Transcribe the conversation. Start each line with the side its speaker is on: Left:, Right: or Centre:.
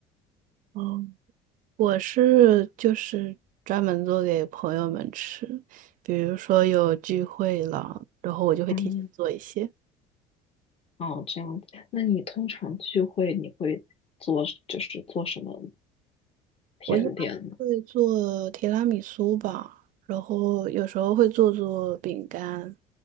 Right: 哦，我是就是专门做给朋友们吃，比如说有聚会了，然后我就会提前做一些。
Left: 嗯，哦，这样子。那你通常聚会你会做，就是做什么甜点呢？
Right: 我一般会做提拉米苏吧，然后有时候会做做饼干，